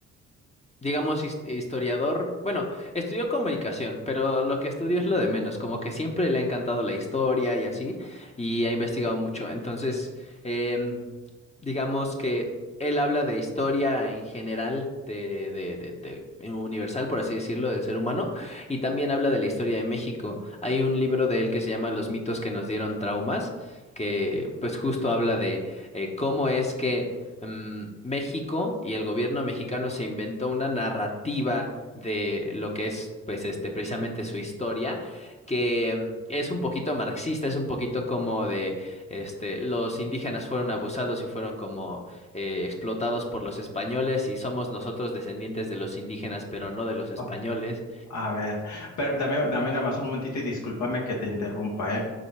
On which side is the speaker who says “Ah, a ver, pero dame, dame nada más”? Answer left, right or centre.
Left